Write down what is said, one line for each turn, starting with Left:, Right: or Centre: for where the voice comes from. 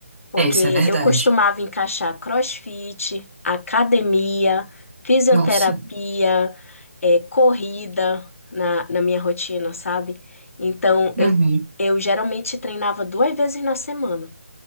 Left: porque
Right: É, isso é verdade.
Left: eu costumava encaixar CrossFit, academia, fisioterapia,
Right: Nossa.
Left: eh, corrida na, na minha rotina, sabe? Então, eu,
Right: Uhum.
Left: eu geralmente treinava duas vezes na semana.